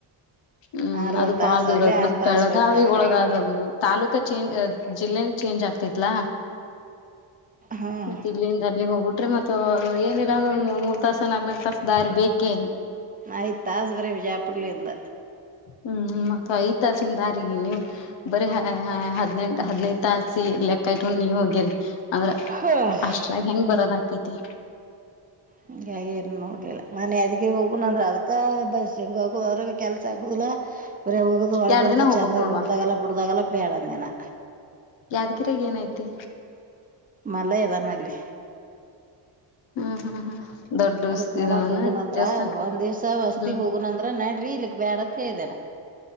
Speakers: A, on the left; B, on the right.
A: ಹ್ಮ್
B: ಆರು
A: ಅದು
B: ತಾಸ
A: ಬಾಳ ದೂರ
B: ಅಲ್ಲೇ
A: ಅದ
B: ಆರ್
A: ಮತ್ತ
B: ತಾಸ
A: ಬೆಳಗಾವಿ
B: ಹೋಯ್ತ್ ದಾರ್ಯಾಗ
A: ಒಳಗಾದ ಅದು ತಾಲೂಕ ಚೇಂಜ್ ಅದ್ ಜಿಲ್ಲೆನು ಚೇಂಜ್ ಆಗ್ತತ್ಲ
B: ಹ್ಮ್
A: ಮತ್ ಅಲ್ಲಿಂದ ಅಲ್ಲಿಗೆ ಹೋಗ್ಬಿಟ್ರೆ ಮತ್ತು ಏನಿಲ್ಲ ಒಂದ ಮೂರ್ ತಾಸ ನಾಕ್ ನಾಕ್ ತಾಸ ದಾರಿ ಬೇಕೇ.
B: ಆಯ್ತ್ ತಾಸು ಬರೀ ವಿಜಯಪುರ್ಲಿಂದ.
A: ಹ್ಮ ಮತ್ತು ಐತಾಸಿಂದಾರಿಗೆ ನೀವ್. ಬರೆ ಹೆ ಹ ಹದ್ನೇಂಟ್ ಹದಿನೈದು ತಾಸಿಗ್ ಲೆಕ್ಕ ಇಟ್ಕೋಂಡ್ ನೀ ವೊಗೀರಿ. ಅಂದ್ರೆ
B: ಹ್ಮ್
A: ಅಷ್ಟ್ರಾಗಿ ಹೆಂಗ್ ಬರೋದ ಆಕೈತಿ.
B: ಹಂಗ ಏನ್ ನೋಡ್ಲಿಲ್ಲ ಮನೆ ಅದಗಿ ಹೋಗಣ ಅಂದ್ರ ಅದಕ್ಕ ಬಸ್ ಹೆಂಗ ಹೋಗುದ ಅವ್ರಾಗ ಕೆಲ್ಸ ಆಗುದಿಲ್ಲ. ಬರೆ ಹೋಗುದು ಹೊಳ
A: ಎರಡ್
B: ಬರ್ದು
A: ದಿನ ಹೋಗ್ಬಕ್
B: ಚಂದಾಗಿ
A: ನೋಡ್ವಾ
B: ನೋಡ್ದಾಗಲ್ಲ ಬಿಡ್ದಾಗಲ್ಲ ಬೇಡಂದೆನಾ.
A: ಯಾದಗಿರಿಗಿ ಏನೈತಿ.
B: ಮಳ ಇದದಾನ ಅಲ್ಲಿ.
A: ಹ್ಮ್ ಹ್ಮ್ ಹ್ಮ್ ದೊಡ್ಡ
B: ಅದಕ್ ನೋಡಕ್
A: ಇದನ
B: ಹೋಗುನ ಅಂದ್ರ
A: ದೇವಸ್ಥಾನ
B: ಒಂದಿವ್ಸ ವಸ್ತಿಗ್
A: ಹ್ಮ್
B: ಹೋಗುನ ಅಂದ್ರ ನಡ್ರಿ ಇಲ್ಲಿಕ್ ಬ್ಯಾಡತ್ ಹೇಳಿದ್ದೆನಾ.